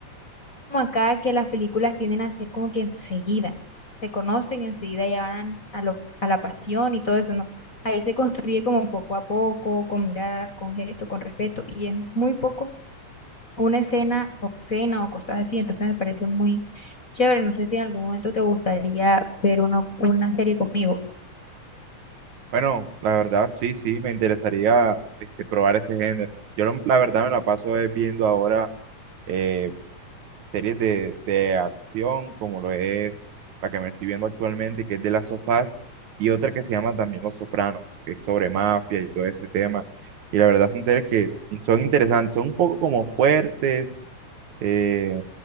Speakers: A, on the left; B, on the right.
A: como acá que las películas tienden a ser como que enseguida, se conocen enseguida, ya van a, lo, a la pasión y todo eso, ¿no? Ahí se construye como poco a poco, con miradas, con gestos, con respeto, y es muy poco una escena obscena o cosas así, entonces me parece muy chévere. No sé si en algún momento te gustaría ver uno- una serie conmigo.
B: Bueno, la verdad, sí, sí, me interesaría este, probar ese género. Yo lo- la verdad me la paso es viendo ahora eh, series de, de acción, como lo es la que me estoy viendo actualmente, que es de las sofás y otra que se llama también Los Sopranos, que es sobre mafia y todo ese tema. Y la verdad son series que son interesantes, son un poco como fuertes eh,